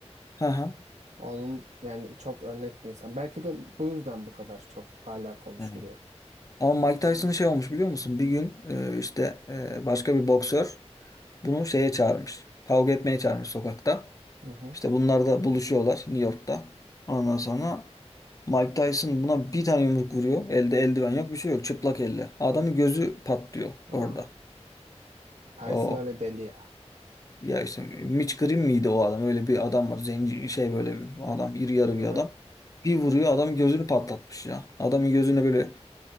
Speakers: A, on the left; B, on the right.
A: Hı hı.
B: Onun yani çok örnek bir insan. Belki de bu yüzden bu kadar çok hala konuşuluyor.
A: Hı Ama Mike Tyson'ın şey olmuş biliyor musun? Bir gün e, işte e, başka bir boksör Bunu şeye çağırmış. Kavga etmeye çağırmış sokakta.
B: Hı hı.
A: İşte bunlar da buluşuyorlar New York'ta. Ondan sonra Mike Tyson buna bir tane yumruk vuruyor. Elde eldiven yok bir şey yok. Çıplak elle. Adamın gözü patlıyor orada.
B: Aa, Tyson
A: O
B: öyle deli ya.
A: ya işte Mitch Green miydi o adam? Öyle bir adam var. Zenci şey böyle bir adam. iri yarı
B: Hı hı.
A: bir adam. Bir vuruyor adamın gözünü patlatmış ya. Adamın gözüne böyle